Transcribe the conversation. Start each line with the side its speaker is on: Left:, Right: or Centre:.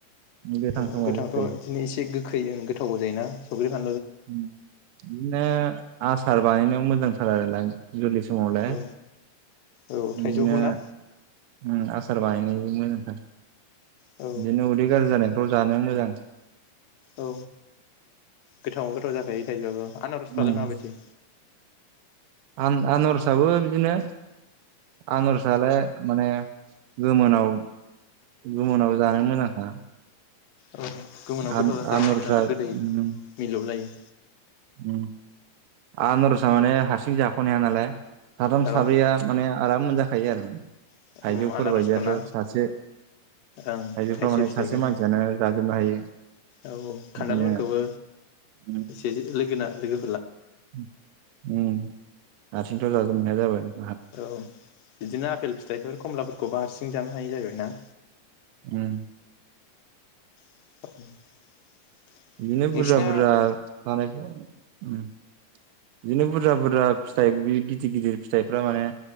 Right: गोथां
Left: अ
Right: समाव
Left: गोथांथ'
Right: गोखै
Left: इदिनो एसे गोखै गोथावबो जायोना? संख्रि फान
Right: उम बिनो आसार बानायनायाव मोजांथार आरोलाय गोरलै समावलाय
Left: औ औ थाइजौखौ
Right: बिदिनो
Left: ना
Right: उम आसार बानायनाय <inaudible> मोजांथार बिदिनो
Left: औ
Right: उदै गारजि जानायफ्राव जानो मोजां
Left: औ गोथावा गोथाव जाखायो थाइजौवाबो आनारजफ्रालाय
Right: उम
Left: माबायदि
Right: आन आनारसआबो बिदिनो आनारसआलाय माने गोमोनाव गोमोनाव जानो मोजांखा
Left: औ गोमोनाव
Right: आन-आनारसा
Left: गोथाव जाथारो <inaudible> गोदै
Right: उम
Left: मिलौलायो
Right: उम आनारसा माने हारसिं जाख'नो हाया नालाय साथाम
Left: औ
Right: साब्रैया माने आराम मोनजा खायो आरो माने थायजौफोरबायदियाथ'
Left: औ आनारसखौ ना
Right: सासे थायजौफ्रा
Left: ओं थाइसे
Right: माने‌
Left: फिथाइखौना
Right: सासे मानसियानो जाजोबनो हायो
Left: औ
Right: बिदिनो
Left: खान्थालफोरखौबो
Right: उम
Left: एसे लोगोना लोगो
Right: उम उम हारसिंथ' जाजोबनो हाया जाबाय <inaudible>
Left: औ बिदिनो आपेल फिथाइफोर खमलाफोरखौ बा हारसिं सिं जानो हायो आरोना
Right: उम
Left: <inaudible>
Right: इदिनो
Left: नोंसिना
Right: बुरजा बुरजा थानायफ्राव उम बिदिनो बुरजा बुरजा फिथाइ बि गिदिर गिदिर फिथाइफ्रा माने